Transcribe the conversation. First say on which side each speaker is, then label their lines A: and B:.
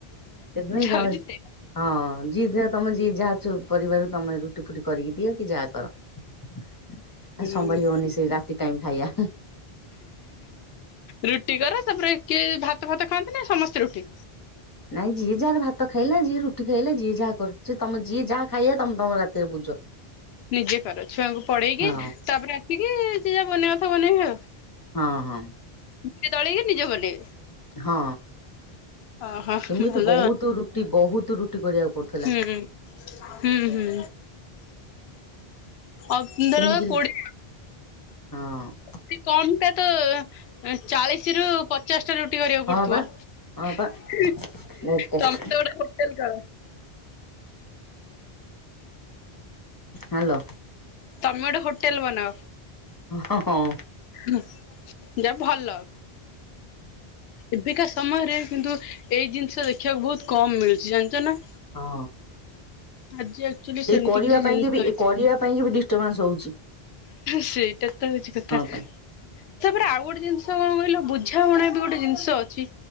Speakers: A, on the left; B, on the left.
A: ସେଥିପାଇଁ ତମେ
B: ହଉଛି ସେଇ
A: ହଁ ଯିଏ ଯାହା ତମେ ଯିଏ ଯା ଯୋଉ ପରିବାର ତମେ ରୁଟି ଫୁଟି କରିକି ଦିଅ କି ଯାହା କର।
B: ହୁଁ
A: ସମ୍ଭାଳି ହଉନି ସେ ରାତି ଟାଇମ ଖାଇବା।
B: ରୁଟି କର। ତାପରେ କିଏ ଭାତ ଫାତ ଖାଆନ୍ତି ନା ସମସ୍ତେ ରୁଟି?
A: ନାଇଁ ଯିଏ ଯାହାର ଭାତ ଖାଇଲା ଯିଏ ରୁଟି ଖାଇଲା ଯିଏ ଯାହା କରୁଛି ତମେ ଯିଏ ଯାହା ଖାଇବା ତମ ତମ ରାତିରେ ବୁଝ।
B: ନିଜେ କର ଛୁଆଙ୍କୁ ପଢେଇକି
A: ହଁ
B: ତାପରେ ଆସିକି ଯେ ଯାହା ବନେଇବା କଥା ବନେଇବେ ଆଉ।
A: ହଁ ହଁ।
B: ନିଜେ ଦଳିକି ନିଜ ବନେଇବେ?
A: ହଁ।
B: ଓହୋ
A: ସେମିତି
B: ଭଲ
A: ବହୁତ ରୁଟି ବହୁତ ରୁଟି କରିଆକୁ ପଡ଼ୁଥିଲା।
B: ହୁଁ ହୁଁ ହୁଁ ଅପ୍ ଧର
A: ତିନି କିଲ
B: କୋଡିଏ
A: ହଁ।
B: ଅତି କମ ଟା ତ ଏଁ ଚାଳିଶ ରୁ ପଚାଶ ଟା ରୁଟି କରିବାକୁ
A: ହଁ
B: ପଡୁଥୁବ।
A: ବା ହଁ ବା ବହୁତ କଷ୍ଟ
B: ତମେ ତ ଗୋଟେ ହୋଟେଲ କର।
A: ହାଲୋ।
B: ତମେ ଗୋଟେ ହୋଟେଲ ବନାଅ।
A: ହଁ ହଁ ହଁ।
B: ହୁଁ ଯାହା ଭଲ ଏବିକା ସମୟରେ କିନ୍ତୁ, ଏଇ ଜିନିଷ ଦେଖିବାକୁ ବହୁତ କମ୍ ମିଳୁଚି ଜାଣିଚ ନା?
A: ହଁ।
B: ଆଜି ଆକ୍ଚୁଆଲି ସେମିତି
A: ଏଇ କରିବା
B: କିଛି ଜିନିଷ
A: ପାଇଁ କି ବି
B: ଅଛି
A: ଏ କରିବା ପାଇଁ କି ବି ଡିଷ୍ଟର୍ର୍ବାନ୍ସ ହଉଚି।
B: ସେଇଟା ତ ହଉଚି କଥା।
A: ପାଇଁ
B: ତା ପରେ ଆଉ ଗୋଟେ ଜିନିଷ କଣ କ କହିଲ, ବୁଝାମଣା ବି ଗୋଟେ ଜିନିଷ ଅଛି